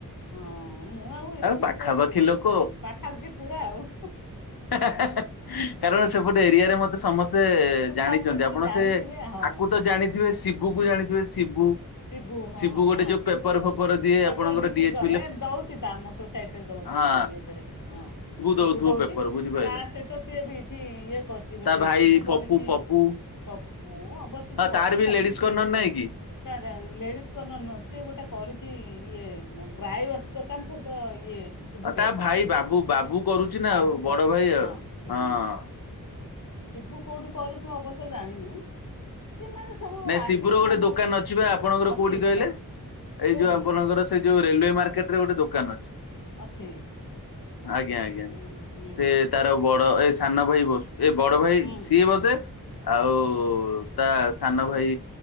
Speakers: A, on the left; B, on the left.
A: ହଁ ମୁଁ ଆଉ ଏତେ ମୁଁ
B: ପାଖାପାଖି
A: ତ ସି
B: ଲୋକ
A: ପାଖାପାଖି ପୁରା ଆଉ।
B: ହେ ହେ ହେ ହେ କାରଣ ସେପଟେ ଏରିଆରେ ମତେ ସମସ୍ତେ ତେ ଜାଣିଚନ୍ତି
A: ସମସ୍ତେ
B: ଆପଣ
A: ଜାଣିଥିବେ
B: ସେ
A: ହଁ
B: ଆକୁ ତ ଜାଣିଥିବେ ଶିବୁ କୁ ଜାଣିଥିବେ ଶିବୁ?
A: ଶିବୁ ହଁ
B: ଶିବୁ
A: ହଁ
B: ଗୋଟେ
A: ହଁ
B: ଯୋଉ
A: ଶିବୁ
B: ପେପର ଫେପର ଦିଏ
A: ପେପର
B: ଆପଣଙ୍କର
A: ବିକ୍ରି
B: ଡିଏଚପି
A: କରେ
B: ଲେ
A: ଦଉଚି ତ ଆମ ସୋସାଇଟି ରେ ଦେଉଚି
B: ହଁ
A: ଦଉଚି ଆମ ଇଏଥିରେ ହଁ ଶିବୁ
B: ଦଉଥିବ
A: ଦଉଚି
B: ପେପର ବୁଝିପାରିଲେ
A: ତା ସହିତ ସେ ବି ଏଠି ଇଏ କରିଚି ବୋଧେ
B: ତା ଭାଇ
A: ଶିବୁ
B: ପପୁ
A: କରିଚି
B: ପପୁ
A: ପପୁ ଅବଶ୍ୟ
B: ହଁ
A: ତ ପପୁ
B: ତାର
A: କୁ
B: ବି
A: ଜାଣିନୀ
B: ଲେଡିଜ
A: ଶିବ
B: କର୍ଣ୍ଣର ନାଇଁ କି?
A: ଲେଡ଼ିଜକଣ୍ଣର ନୁହଁ, ସିଏ ଗୋଟେ କରିଛି ଇଏ ଡ୍ରାଏୱସ ଦୋକାନ ତ ଇଏ ଶିବୁକରିଛି
B: ଆଉ ତା ଭାଇ ବାବୁ ବାବୁ କରୁଛି ନା
A: ବାବୁ
B: ଆଉ
A: କରିଥିବ
B: ବଡ ଭାଇ
A: କଣ
B: ଆଉ
A: ହଁ ହୁଁ
B: ହଁ
A: ହୁଁ। ଶିବୁ କୋଉଠି କରୁଥିବ ଅବଶ୍ୟ ଜାଣିନି ସେମାନେ ସବୁ
B: ନାଇଁ
A: ଆସିକିରି
B: ଶିବୁର ଗୋଟେ
A: ଆମ
B: ଦୋକାନ ଅଛି। ଅଛି
A: ହୁଁ,
B: ବା ଆପଣଙ୍କର
A: ଅଛି
B: କୋଉଠି କହିଲେ,
A: ଦୋକାନ
B: ଏଇ
A: କୋଉଠି
B: ଯୋଉ ଆପଣଙ୍କର ସେ ଯୋଉ ରେଲୱେ ମାର୍କେଟ ରେ ଗୋଟେ ଦୋକାନ ଅଛି।
A: ଅଛି!
B: ଆଜ୍ଞା ଆଜ୍ଞା
A: ହୁଁ ହୁଁ
B: ସେ
A: ହୁଁ
B: ତାର ବଡ ଏ ସାନ ଭାଇ ବସୁ ଏ ବଡ ଭାଇ
A: ହୁଁ
B: ସିଏ ବସେ ଆଉ ତା ସାନ ଭାଇ